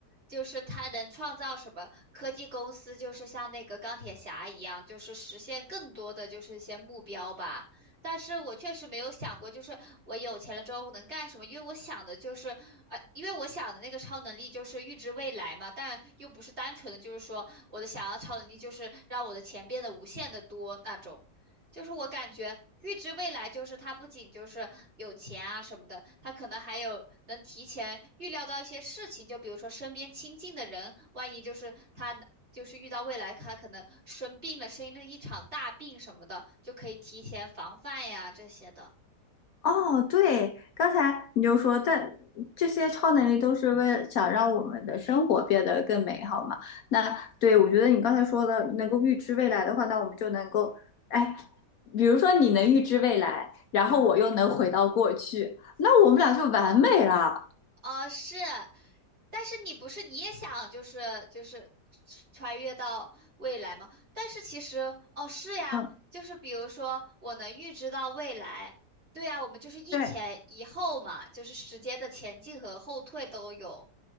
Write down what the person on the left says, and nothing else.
哦，对，刚才你就说，但这些超能力都是为了想让我们的生活变得更美好嘛。那对，我觉得你刚才说的，能够预知未来的话，那我们就能够，哎，比如说你能预知未来，然后我又能回到过去，那我们俩就完美了。
嗯，
对，